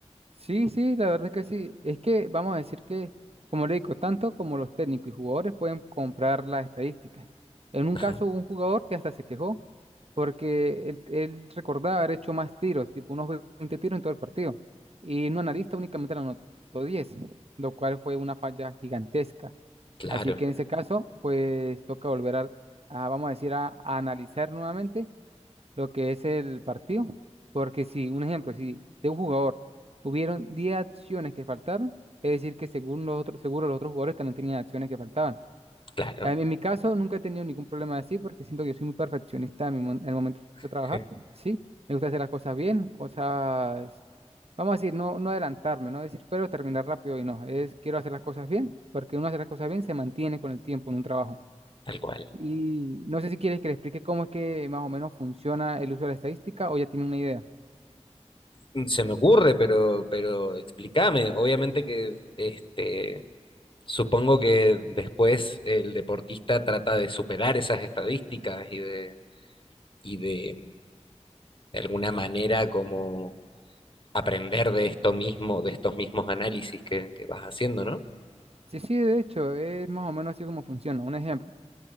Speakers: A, on the right; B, on the left.
A: Sí, sí, la verdad es que sí. Es que vamos a decir que, como le digo, tanto como los técnicos y jugadores pueden comprar las estadísticas. En un
B: Ajá,
A: caso, hubo un jugador que hasta se quejó porque él, él recordaba haber hecho más tiros, tipo unos 20 tiros en todo el partido. Y un analista únicamente le anotó 10, lo cual fue una falla gigantesca.
B: claro,
A: Así que en ese caso, pues toca volver a, a, vamos a decir, a, a analizar nuevamente lo que es el partido. Porque si, un ejemplo, si de un jugador hubieron 10 acciones que faltaron, es decir, que según los otros, seguro los otros jugadores también tenían acciones que faltaban.
B: claro,
A: A mí, En mi caso, nunca he tenido ningún problema así porque siento que yo soy muy perfeccionista en, mi mon- en el momento
B: <laughs>
A: de trabajar. Sí, me gusta hacer las cosas bien, cosas, vamos a decir, no, no adelantarme, no decir, pero terminar rápido y no. Es, quiero hacer las cosas bien porque uno hace las cosas bien se mantiene con el tiempo en un trabajo.
B: tal cual.
A: Y no sé si quieres que le explique cómo es que más o menos funciona el uso de la estadística o ya tiene una idea.
B: Mm, Se me ocurre, pero, pero explícame. Obviamente que este, supongo que después el deportista trata de superar esas estadísticas y de, y de, de alguna manera como aprender de esto mismo, de estos mismos análisis que, que vas haciendo, ¿no?
A: Sí, sí, de hecho, es más o menos así como funciona. Un ejemplo.